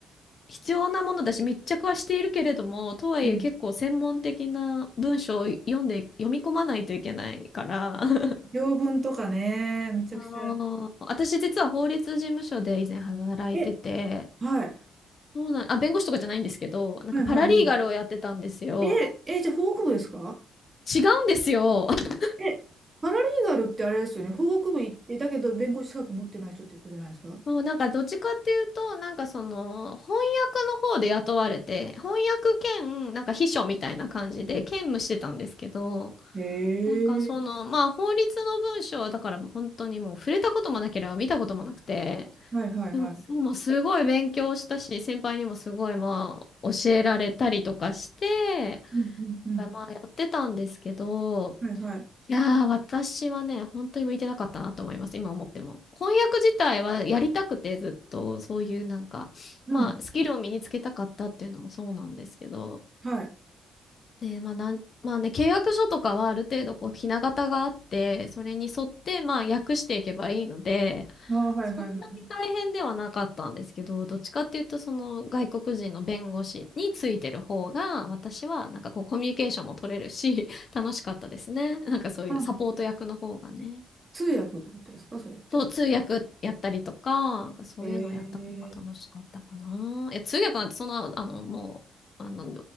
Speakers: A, on the left; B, on the right.
A: 必要なものだし密着はしているけれども、とはいえ結構専門的な文章を読んで、
B: うん
A: 読み込まないといけないから。<laughs>
B: 条文とかね、めちゃくちゃ。
A: あ
B: は
A: ー私実は法律事務所で以前働いてて、
B: いえ、はい。
A: そうなん、あ、弁護士とかじゃないんですけど、なんかパラリーガルをやってたんですよ。
B: はいはい。うんえ、え、じゃあ法学部ですか
A: 違うんですよ。<laughs>
B: え、パラリーガルってあれですよね。法学部行って、だけど弁護士資格持ってない人っていうことじゃないですか
A: もうなんかどっちかっていうと、なんかその翻訳の方で雇われて、翻訳兼なんか秘書みたいな感じで兼務してたんですけど、
B: へ
A: なんかその、
B: え。
A: まあ法律の文章はだから本当にもう触れたこともなければ見たこともなくて、
B: はいはいはい。
A: でも、でもすごい勉強したし、先輩にもすごいまあ教えられたりとかして、
B: うんうんうん。
A: まあやってたんですけど、
B: はいはい。
A: いやー私はね、本当に向いてなかったなと思います、今思っても。翻訳自体はやりたくてずっと、そういうなんか、
B: うん。
A: まあスキルを身につけたかったっていうのもそうなんですけど、
B: はい。
A: で、まあなん、まあね、契約書とかはある程度こう、ひな形があって、それに沿って、まあ、訳していけばいいので、
B: ああ、はいはいはい。
A: そんなに大変ではなかったんですけど、どっちかっていうと、その外国人の弁護士についてる方が、私はなんかこう、コミュニケーションも取れるし、楽しかったですね。なんかそういうサポート役の方がね。
B: あ、通訳ってことですかそれって。
A: そう、通訳やったりとか、なんかそういうのをやった方が楽しかったかな。
B: へえ。
A: いや、通訳なんてそんな、あの、もう、あの、